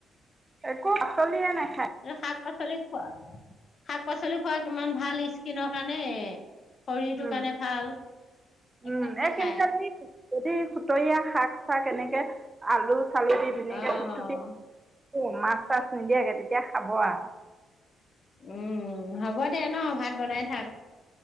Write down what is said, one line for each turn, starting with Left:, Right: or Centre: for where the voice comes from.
Right: একো আচলিয়ে নাই
Left: এ শাক পাচলি খোৱা শাক পাচলি খোৱা কিমান ভাল স্কিনৰ কাৰণে শৰীৰটো
Right: উম
Left: কাৰণে ভাল
Right: উম
Left: একদম
Right: এই
Left: নাখায়
Right: কিন্তু এই যদি সুতৰীয়া শাক চাক এনেকে আলু চালি দি ধুনীয়াকে
Left: অ',
Right: চুু অ' মাছ চাছ নিদিয়াকে তেতিয়া খাব আৰু।
Left: উম, হ'ব দে ন' ভাত বনাই থাক।